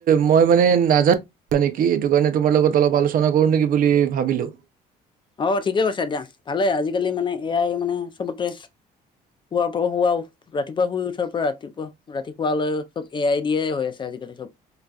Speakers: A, on the right; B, on the left.
A: মই মানে নাজানো মানে কি সেটো কাৰণে তোমাৰ লগত অলপ আলোচনা কৰো নেকি বুলি ভাবিলো
B: অ', ঠিকে কৈছা দিয়া, ভালে আজিকালি মানে এ আই মানে চবতে শুৱাৰ পৰা শুৱাও ৰাতিপুৱা শুই উঠাৰ পৰা ৰাতিপুৱা ৰাতি শুৱালৈ চব এ আই দিয়ে হৈ আছে আজিকালি চব।